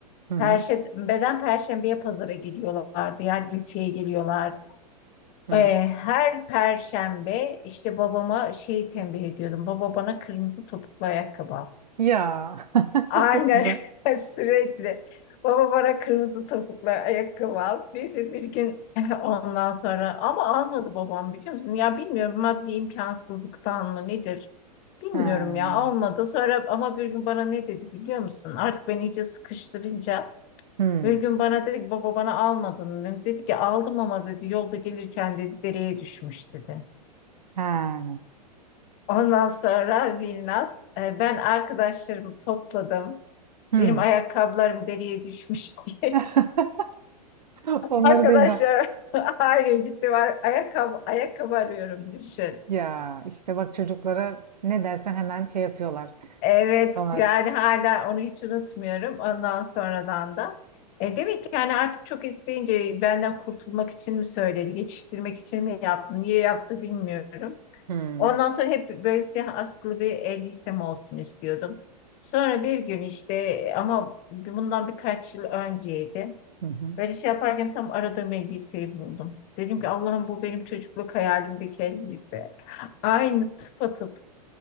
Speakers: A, on the right; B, on the left.
A: Hı
B: Perşembe'den
A: hı.
B: Perşembe'ye pazara gidiyorlardı. Yani ilçeye geliyorlardı.
A: Hı hı.
B: Ee, her perşembe işte babama şey tembih ediyordum. Baba bana kırmızı topuklu ayakkabı al.
A: Ya <laughs>
B: Aynen
A: çok güzel.
B: <laughs> sürekli. Baba bana kırmızı topuklu ayakkabı al. Neyse bir gün <laughs> ondan sonra ama almadı babam biliyor musun? Ya bilmiyorum maddi imkansızlıktan mı nedir? Bilmiyorum
A: Ha.
B: ya almadı. Sonra ama bir gün bana ne dedi biliyor musun? Artık ben iyice sıkıştırınca
A: Hmm.
B: bir gün bana dedi ki baba bana almadın. mı? Dedi ki aldım ama dedi yolda gelirken dedi dereye düşmüş dedi.
A: Ha.
B: Ondan sonra Vilnas, e, ben arkadaşlarımı topladım.
A: Hmm.
B: Benim ayakkabılarım deriye düşmüş <laughs> diye.
A: <laughs> Onları
B: Arkadaşlar
A: değil de.
B: <laughs> aynen gitti var. Ayakkabı, ayakkabı arıyorum düşün.
A: Ya işte bak çocuklara ne dersen hemen şey yapıyorlar.
B: Evet
A: Dolar.
B: yani hala onu hiç unutmuyorum. Ondan sonradan da. E, demek ki yani artık çok isteyince benden kurtulmak için mi söyledi, geçiştirmek için mi yaptı, niye yaptı bilmiyorum.
A: Hmm.
B: Ondan sonra hep böyle siyah askılı bir elbisem olsun istiyordum. Sonra bir gün işte ama bundan birkaç yıl önceydi.
A: Hı hı.
B: Böyle şey yaparken tam aradığım elbiseyi buldum. Dedim ki Allah'ım bu benim çocukluk hayalimdeki elbise. <laughs> Aynı tıpatıp.